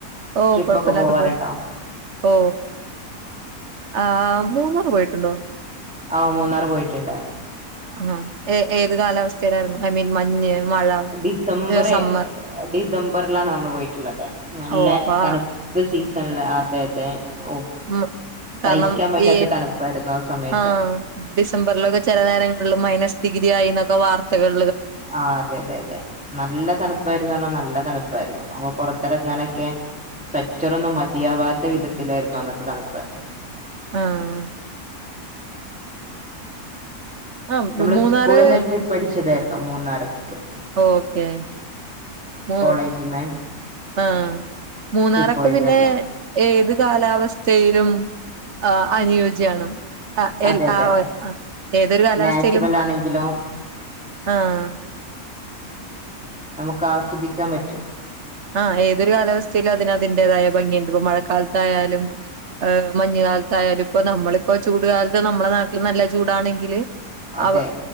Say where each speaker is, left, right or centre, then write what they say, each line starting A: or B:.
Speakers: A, on the right; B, in the centre.
A: ഓ
B: ട്രിപ്പ്
A: കൊഴപ്പില്ലാണ്ട്
B: ഒക്കെ പോവാറുണ്ടോ?
A: പോവും ഓ ആആ മൂന്നാറ് പോയിട്ടുണ്ടോ?
B: ആഹ് മൂന്നാർ പോയിട്ട്ണ്ട
A: ആഹ് ഏ ഏത് കാലാവസ്ഥയിലാരുന്നു ഐ മീൻ മഞ്ഞ് മഴ
B: ഡിസംബറെ
A: സമ്മർ
B: ഡിസംബറിലാണ് നമ്മൾ പോയിട്ട്ള്ളത് നല്ല
A: ഓ അപ്പൊ ആ
B: തണുപ്പ് സീസണില് ത്തെ ത്തെ ഓ
A: ഉം, കാരണം
B: സഹിക്കാൻ പറ്റാത്ത
A: ഈ
B: തണുപ്പായിരുന്നു സമയത്ത്
A: ആ ഡിസംബറിലൊക്കെ ചെല നേരങ്ങളില് മൈനസ് ഡി രിയായി എന്നൊക്കെ വാർത്തകൾ
B: ആ അതെ അതെ അതെ നല്ല തണുപ്പായിര്ന്ന് പറഞ്ഞാ നല്ല തണുപ്പ് പ്പാരുന്നു പ്പം പൊറത്തിറങ്ങനൊക്കെ സെക്റ്ററൊന്നും മതിയാവാത്ത വിധത്തിലായിരുന്നു അന്നത്തെ തണുപ്പ്
A: ആഹ് ആഹ്
B: നമ്മള്
A: മൂന്നാറ്
B: സ്കൂളിന്ന് ട്രിപ്പഠിച്ചതാരുന്നു മൂന്നാറ്ക്ക്
A: ഓക്കെ മൊ
B: കോളേജിന്ന്
A: ആഹ് മൂന്നാറൊക്കെ
B: ട്രിപ്പ് പോയതായിരുന്നു
A: പിന്നെ ഏത് കാലാവസ്ഥയിലും ആ അനുയോജ്യണ് ആ
B: അതെ
A: എ
B: അതെ
A: ആ ആ ഏതൊരു കാലാവസ്ഥയിലും
B: നാച്ചുറൽ
A: ആ
B: ആണെങ്കിലും
A: ആഹ്
B: നമുക്ക് ആസ്വദിക്കാൻ പറ്റും
A: ആ ഏതൊരു കാലാവസ്ഥയിലും അതിനതിന്റേതായ ഭംഗിയ്ണ്ട് മഴക്കാലത്തായാലും മഞ് കാലത്തായാലും ഇപ്പ നമ്മളിപ്പോ ചൂടുകാലത്ത് നമ്മുടെ നാട്ടില് നല്ല ചൂടാണെങ്കില്
B: അതെ
A: അവ